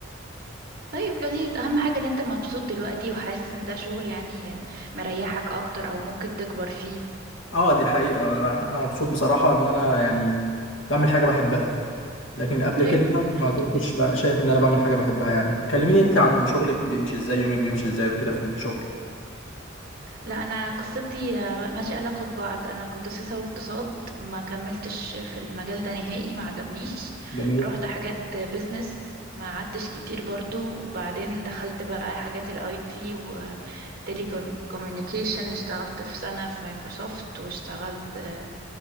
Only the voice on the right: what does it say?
طيب لذيذ اهم حاجة ان انت مبسوط دلوقتي وحاسس ان ده شغل يعني مريحك اكتر او ممكن تكبر فيه
طيب
الحمد
لله
لا انا قصتي آه، ملهاش علاقه ببعض انا كنت سياسه واقتصاد ما كملتش في المجال ده نهائي ما عجبنيش
رحت حاجات بيزنس ما قعدتش كتير برضو بعدين دخلت بقى حاجات الاي تي وتيلي كوميونيكيشن اشتغلت في سنه في مايكروسوفت واشتغلت آه،